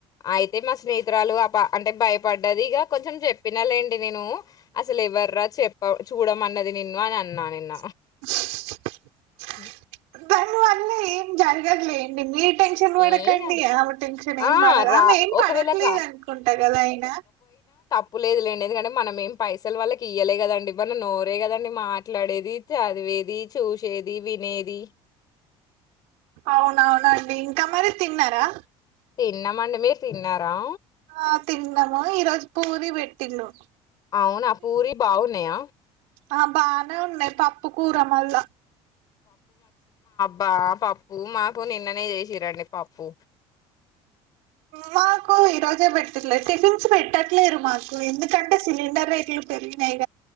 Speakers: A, on the left; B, on the right.
A: అయితే మా స్నేహితురాలు ఆప అంటే భయపడ్డది ఇగ కొంచెం చెప్పిన లేండి నేను అసలు ఎవర్రా చెప్ప చూడమన్నది నిన్ను అని అ నా నిన్న
B: <unintelligible>
A: ఉ
B: దని వల్ల ఏం జరగద్ లేండి మీరు టెన్షన్ పడకండి
A: ఏం గా
B: ఆమె టెన్షన్ ఏం
A: ఆ!
B: పడ
A: రా
B: ఆమె ఏం
A: ఒకవేళ
B: పడట్లేదు
A: రా
B: అనుకుంటా కదా అయిన
A: ప్పు లేదులేండి ఎందుకంటే మనం ఏం పైసలు వాళ్ళకి ఇయ్యలే కదండి మనం నోరే కదండి మాట్లాడేది చదివేది చూసేది వినేది
B: అవునవునండి ఇంకా మరి తిన్నారా
A: తిన్నమండి మీర్ తిన్నారా
B: ఆ తిన్నము ఈ రోజు పూరి పెట్టిండు
A: అవునా పూరి బావున్నాయా
B: ఆ బానే ఉన్నాయ్ పప్పు కూర వల్ల
A: బా పప్పు మాకు నిన్ననే చేసిరండి పప్పు
B: మాకు ఈరోజే పెట్టిండ్లే టిఫిన్స్ పెట్టట్ ట్లేరు మాకు ఎందుకంటే సిలిండర్ రేట్లు పెరిగినయి